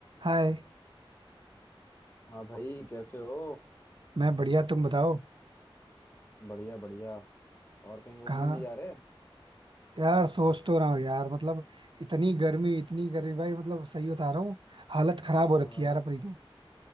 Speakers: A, on the right; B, on the left.
A: हाय
B: हाँ भाई कैसे हो
A: मैं बढ़िया तुम बताओ
B: बढ़िया बढ़िया और कहीं घूमने
A: कहाँ
B: नहीं जा रहे
A: यार सोच तो रहा हूँ यार मतलब इतनी गर्मी इतनी गर्मी भाई मतलब सही बता रहा हूँ हालत खराब हो रखी
B: हाँ
A: है यार अपनी तो